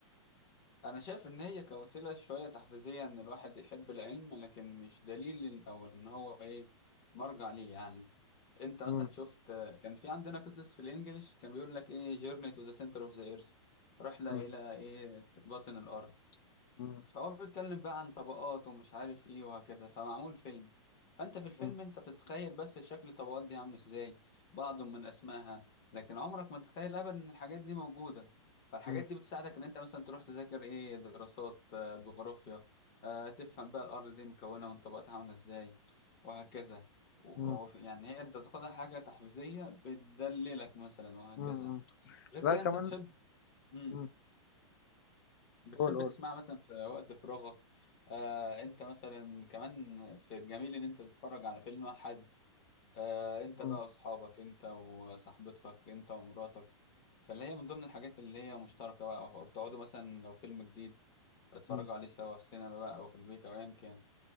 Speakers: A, on the left (about 25°); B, on the left (about 40°).
A: انا شايف ان هي كوسيله شويه تحفيزيه ان الواحد يحب العلم لكن مش دليل إن- او ان هو ايه مرجع ليه يعني انت مثلا
B: مم،
A: شفت كان في عندنا قصص في الانجليش كان بيقول لك ايه journey to the center of the earth رحله
B: مم،
A: الى ايه باطن الارض
B: مم،
A: فهو بيتكلم بقى عن طبقات ومش عارف ايه وهكذا فمعمول فيلم فانت في الفيلم
B: مم،
A: انت بتتخيل بس شكل الطبقات دي عامل ازاي بعض من اسمائها لكن عمرك ما تتخيل ابدا ان الحاجات دي موجودة فالحاجات
B: مم،
A: دي بتساعدك ان انت مثلا تروح تذاكر ايه دراسات آه، جغرافيا آه، تفهم بقى الارض دي مكونة من طبقات عاملة ازاي وهكذا و-
B: مم،
A: وف- يعني هي انت تاخدها حاجة تحفيزية بتدللك مثلا وهكذا
B: مم، مم.
A: غير
B: لا
A: كده
B: كمان
A: انت بتحب مم.
B: مم،
A: بتحب
B: قول قول
A: تسمعها مثلا في وقت فراغك آه انت مثلا كمان في الجميل ان انت تتفرج على فيلم واحد آه انت
B: مم،
A: بقى واصحابك انت وصاحبتك انت ومراتك فاللي هي من ضمن الحاجات اللي هي مشتركة بقى او أو تقعدوا مثلا لو فيلم جديد اتفرجوا
B: مم.
A: عليه سوا في سينما بقى او في البيت او ايا كان